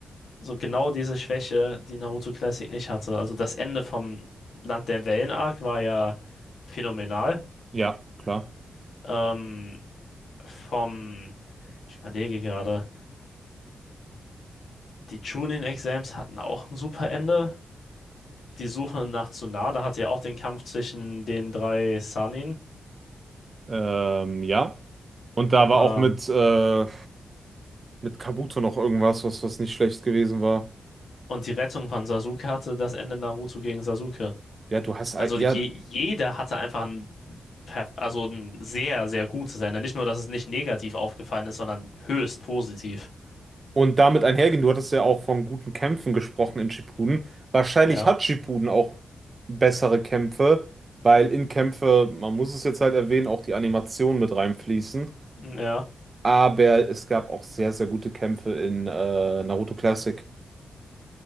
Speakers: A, on the left; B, on the right.
A: so genau diese Schwäche, die Naruto Classic nicht hatte. Also das Ende vom Land der Wellen-Arc war ja phänomenal.
B: Ja, klar.
A: Ähm, vom, ich überlege gerade, die Chunin-Exams hatten auch ein super Ende. Die Suche nach Tsunade hatte ja auch den Kampf zwischen den drei Sannin.
B: Ähm, ja. Und da war
A: Ähm,
B: auch mit, äh, mit Kabuto noch irgendwas, was, was nicht schlecht gewesen war.
A: und die Rettung von Sasuke hatte das Ende Naruto gegen Sasuke.
B: Ja, du hast, ei-
A: Also
B: ja,
A: je, jeder hatte einfach ein, perf- also ein sehr, sehr gutes Ende. Nicht nur, dass es nicht negativ aufgefallen ist, sondern höchst positiv.
B: Und damit einhergehend, du hattest ja auch von guten Kämpfen gesprochen in Shippuden. Wahrscheinlich
A: Ja,
B: hat Shippuden auch bessere Kämpfe, weil in Kämpfe, man muss es jetzt halt erwähnen, auch die Animationen mit reinfließen.
A: ja,
B: Aber es gab auch sehr, sehr gute Kämpfe in äh, Naruto Classic.